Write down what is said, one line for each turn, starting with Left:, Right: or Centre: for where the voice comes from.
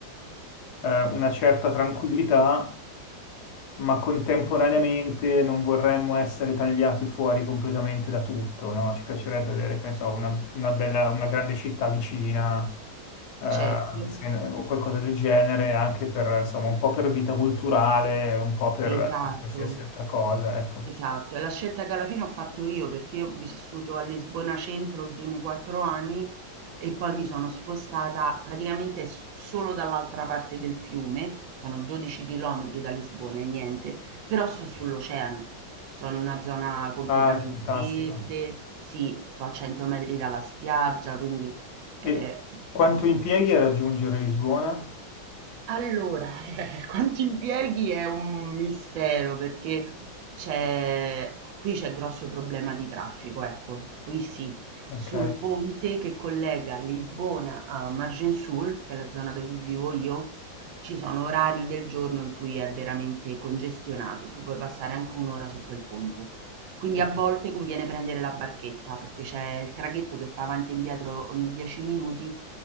Left: eh, una certa tranquillità, ma contemporaneamente non vorremmo essere tagliati fuori completamente da tutto, no? Ci piacerebbe avere, che ne so, una, una bella, una grande città vicina, eh,
Right: Certo,
Left: se- no, o qualcosa del genere, anche per, insomma, un po' per vita culturale, un po' per
Right: esatto,
Left: eh, qualsiasi altra cosa, ecco.
Right: esatto. È la scelta che alla fine ho fatto io perché ho vissuto a Lisbona Centro i primi quattro anni e poi mi sono spostata praticamente s- solo dall'altra parte del fiume, sono 12 chilometri da Lisbona e niente, però sto sull'oceano, sono in una zona completamente
Left: Ah, fantastico.
Right: verde, sì, sto a 100 metri dalla spiaggia, quindi eh,
Left: E quanto impieghi a raggiungere Lisbona?
Right: Allora, eh, quanti impieghi è un mistero perché c'è qui c'è grosso problema di traffico, ecco, qui sì,
Left: Ok.
Right: sul ponte che collega Lisbona a Argençoul, che è la zona dove vivo io, ci sono orari del giorno in cui è veramente congestionato, tu puoi passare anche un'ora su quel ponte. Quindi
Left: Sì.
Right: a volte conviene prendere la barchetta perché c'è il traghetto che fa avanti e indietro ogni 10 minuti